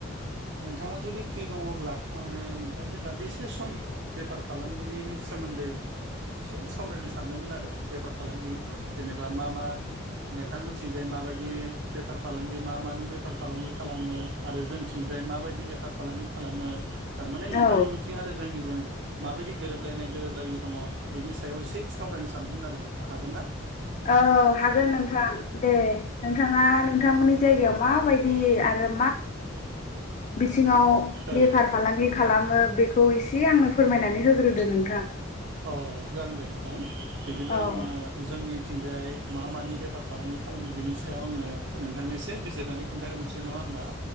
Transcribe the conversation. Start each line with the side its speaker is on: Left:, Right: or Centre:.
Right: नोंथाङा जुदि फ्रि दङब्ला आङो नोंथांजों दान्दिसे सम बेफार फालांगिनि सोमोन्दै एसे सावरायनो सानदोंमोन आरो बेफार फालांगि जेनेबा मा मा? नोंथां मिथिंजाय माबायदि पफार फालांगि मा मानि बेफार फालांगि खालामो आरो जोंथिंजाय माबायदि बेफार फालांगि खालामो थारमाने नोंथांमोननिथिं
Left: औ
Right: आरो जोंनिजों माबायदि गोरोबलायनाय गोरोबलायि दङ, बिनि सायाव एसे सावरायनो सानदोंमोन आरो नोंथां हागोन ना?
Left: औ हागोन नोंथां दे नोंथाङा नोंथांमोननि जायगायाव माबायदि आरो बिावफार
Right: औ
Left: फालांगि खालाम बेखौ एसे आंनो फोरमायनानै होग्रोदो नोंथां
Right: औ जागोन दे नोंथां बिदिब्ला
Left: औ
Right: आङो जोंनि मिथिंजाय मा मानि बेफार फालांगि खालामो बेनि सायाव आङो नोंथांनि एसे बिजिरनानै खिन्थागोनसै नङा होमबा?